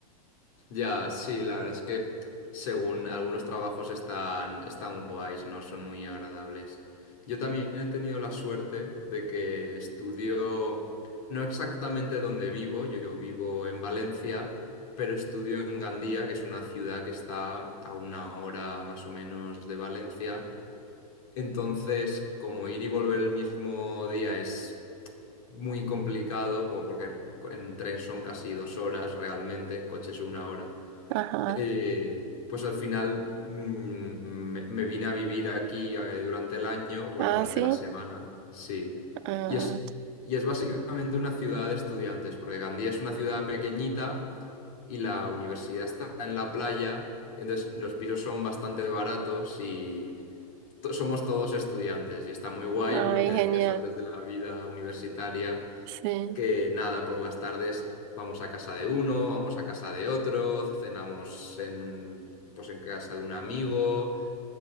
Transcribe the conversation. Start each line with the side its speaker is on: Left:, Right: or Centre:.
Left: Ya, sí, la verdad es que según algunos trabajos están, están guays, ¿no? Son muy agradables. Yo también he tenido la suerte de que estudio, no exactamente donde vivo, yo vivo en Valencia, pero estudio en Gandía, que es una ciudad que está a una hora más o menos de Valencia. Entonces, como ir y volver el mismo día es muy complicado, bueno, porque en tren son casi dos horas realmente, en coche es una hora
Right: Ajá.
Left: eh, pues al final mm, me, me vine a vivir aquí eh, durante el año, bueno,
Right: Ah,
Left: durante
Right: sí.
Left: la semana, sí.
Right: Ah,
Left: Y es, y es básicamente una ciudad de estudiantes, porque Gandía es una ciudad pequeñita y la universidad está en la playa, entonces los pisos son bastante baratos y to- somos todos estudiantes. Y está muy guay
Right: ay,
Left: lo que decías
Right: genial.
Left: antes de la vida universitaria
Right: Sí.
Left: que nada, por las tardes vamos a casa de uno, vamos a casa de otro, cenamos en, pues en casa de un amigo.